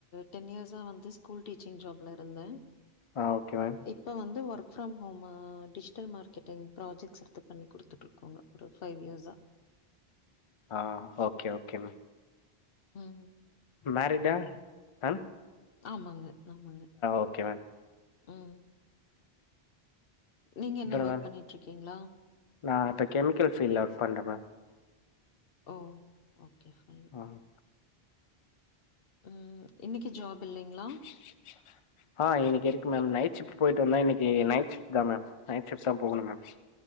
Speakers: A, on the left; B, on the left.
A: டென் இயர்ஸா வந்து ஸ்கூல் டீச்சிங் ஜாப்ல இருந்த
B: ஆ ஓகேங்க
A: இப்ப வந்து work from home digital marketing projects எடுத்து பண்ணி கொடுத்துட்ருக்கோங்க ஒரு ஃபைவ் இயர்ஸா
B: ஆ ஓகே ஓகே மே
A: ம்
B: மேரீட் ஆ அ
A: ஆமாங்க ஆமாங்க
B: ஓகே மேம்
A: ம் நீங்க என்ன
B: அப்புறௌ
A: ஒர்க் பண்ணிட்டு இருக்கீங்களா
B: நா இப்ப கெமிக்கல் ஃபீல்ட்ல ஒர்க் பண்றேமா
A: ஓ ஓகே ஃபைன்
B: ம்
A: ம் இன்னிக்கு ஜாப் இல்லைங்ளா
B: <inaudible> ஆ இன்னிக்கு இருக்கு மேம் நைட் ஷிஃப்ட் போயிட்டு வந்த இன்னிக்கு நைட் ஷிஃப்ட் தா மேம் நைட் ஷிஃப்ட் தா போகனு மேம்